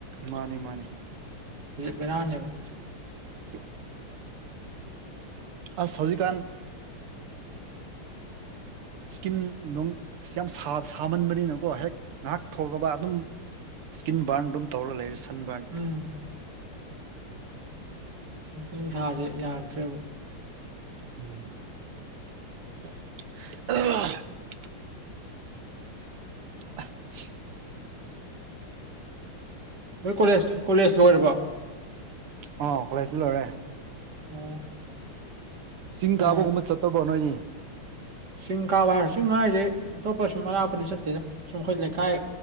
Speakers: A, on the right (about 80°); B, on the right (about 50°).
A: ꯃꯥꯟꯅꯦ ꯃꯥꯟꯅꯦ
B: ꯕꯦꯔꯥꯅꯦꯕ
A: <inaudible> ꯑꯁ ꯍꯧꯖꯤꯛꯀꯥꯟ ꯁ꯭ꯀꯤꯟ ꯅꯨꯡ ꯌꯥꯝ ꯁꯥ ꯁꯥꯃꯟꯕꯅꯤꯅꯀꯣ ꯍꯦꯛ ꯉꯥꯏꯍꯥꯛ ꯊꯣꯛꯂꯕ ꯑꯗꯨꯝ ꯁ꯭ꯀꯤꯟ ꯕ꯭ꯔꯟ ꯑꯗꯨꯝ ꯇꯧꯔ ꯂꯩꯔꯦ ꯁꯟ ꯕ꯭ꯔꯟ
B: ꯎꯝ ꯍꯧꯖꯤꯛꯇꯤ ꯅꯨꯡꯁꯥꯁꯦ ꯌꯥꯔꯛꯇ꯭ꯔꯦꯕ
A: ꯎꯝ <inaudible> <inaudible>
B: ꯃꯣꯏ ꯀꯣꯂꯦꯖ ꯀꯣꯂꯦꯖ ꯂꯣꯏꯔꯕꯣ
A: ꯑꯣ ꯀꯣꯂꯦꯖꯇꯤ ꯂꯣꯏꯔꯦ
B: ꯑꯣ
A: ꯆꯤꯡ
B: ꯀꯩꯅꯣ
A: ꯀꯥꯕꯒꯨꯝꯕ ꯆꯠꯇꯕ꯭ꯔꯣ ꯅꯣꯏꯗꯤ <inaudible>
B: ꯆꯤꯡ ꯀꯥꯕ ꯍꯥꯏꯔꯣ ꯆꯤꯡ ꯍꯥꯏꯁꯦ ꯑꯇꯣꯞꯄ ꯁꯨꯝ ꯑꯔꯥꯞꯄꯗꯤ ꯆꯠꯇꯦꯗ ꯁꯨꯝ ꯑꯩꯈꯣꯏ ꯂꯩꯀꯥꯏ